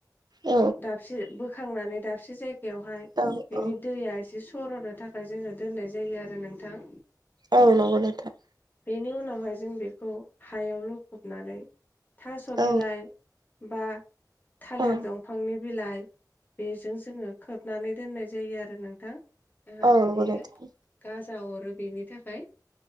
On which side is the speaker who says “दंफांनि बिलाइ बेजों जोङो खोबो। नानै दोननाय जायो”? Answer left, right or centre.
Left